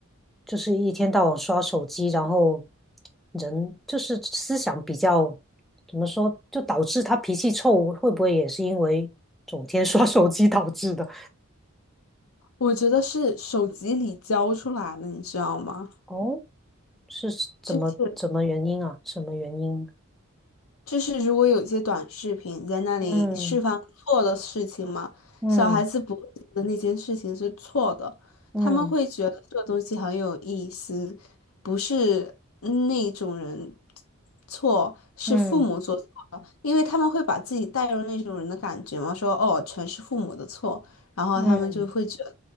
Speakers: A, in the centre; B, on the left.
A: 就是一天到晚刷手机，然后人就是思想比较怎么说，就导致他脾气臭，会不会也是因为整天 <laughs> 刷手机导致的？
B: 我觉得是手机里教出来的，你知道吗？
A: 哦，是怎么怎么原因啊？
B: 就是
A: 什么原因？
B: 就是，如果有些短视频在那里释放错的事情嘛，
A: 嗯嗯
B: 小孩子不会觉得那件事情是错的，
A: 嗯。
B: 他们会觉得这个东西很有意思，不是那种人错，是父母做错了，
A: 嗯
B: 因为他们会把自己带入那种人的感觉嘛，说哦，全是父母的错，然后他们就会觉得，
A: 嗯，